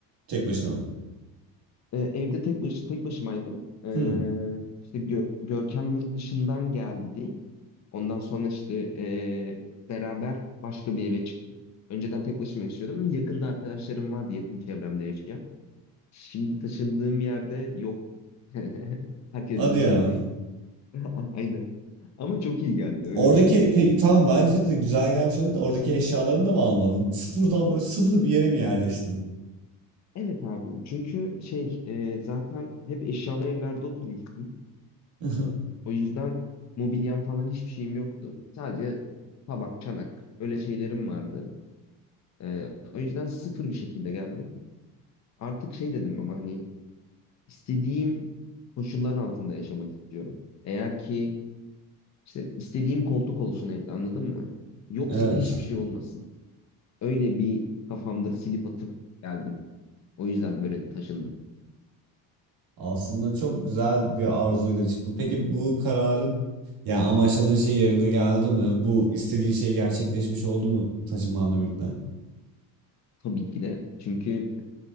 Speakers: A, on the right (about 60°); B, on the left (about 40°).
A: Tek başına mı?
B: e, evde tek baş, tek başımaydım. E,
A: Hmm,
B: işte Gö- Görkem yurt dışından geldi. Ondan sonra işte e, beraber başka bir eve çıktık. Önceden tek başıma yaşıyordum ama yakında arkadaşlarım vardı yakın çevremde yaşayan. Şimdi taşındığım yerde yok. <laughs> Herkesten
A: Hadi
B: uzaktayım.
A: ya.
B: <laughs> Aynen. Ama çok iyi geldi. Öyle
A: Oradaki
B: böyle değil.
A: peki tamam bence de güzel gelmiş olabilir de oradaki eşyalarını da mı almadın? Sıfırdan böyle sıfır bir yere mi yerleştin?
B: Evet abi. Çünkü şey e, zaten hep eşyalı evlerde oturmuştum.
A: <laughs>
B: O yüzden mobilyam falan hiçbir şeyim yoktu. Sadece tabak, çanak öyle şeylerim vardı. E, o yüzden sıfır bir şekilde geldim. Artık şey dedim ama hani istediğim koşullar altında yaşamak istiyorum. Eğer ki işte istediğim koltuk olsun evde anladın mı? Yoksa
A: Evet.
B: da hiçbir şey olmasın. Öyle bir kafamda silip atıp geldim. O yüzden böyle taşındım.
A: Aslında çok güzel bir arzuyla çıktım. Peki bu kararın yani amaçladığın şey yerine geldi mi? Bu istediğin şey gerçekleşmiş oldu mu taşınmanla birlikte?
B: Tabii ki de. Çünkü